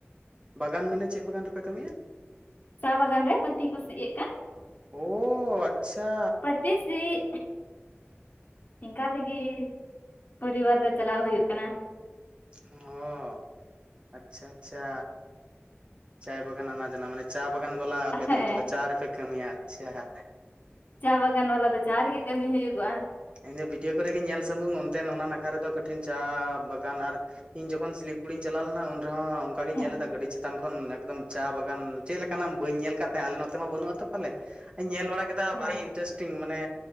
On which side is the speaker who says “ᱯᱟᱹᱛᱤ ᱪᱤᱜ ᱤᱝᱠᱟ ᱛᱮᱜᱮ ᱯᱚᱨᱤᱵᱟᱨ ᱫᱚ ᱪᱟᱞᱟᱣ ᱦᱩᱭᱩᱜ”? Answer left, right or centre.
Left